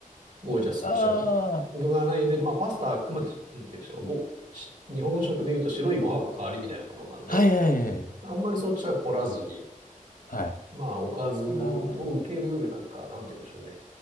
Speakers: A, on the right; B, on the left.
A: ゴージャスにしちゃうと具がないで、
B: ああ、
A: まあパスタはあくまで、なんて言うんでしょう。ご、し日本食で言うと白いご飯の代わりみたいなもんなんで、
B: はいはいはい。
A: あんまりそっちは凝らずに、
B: はい。
A: まあ、おかずを、
B: ああ。
A: を受ける、なんか、なんて言うんでしょうね。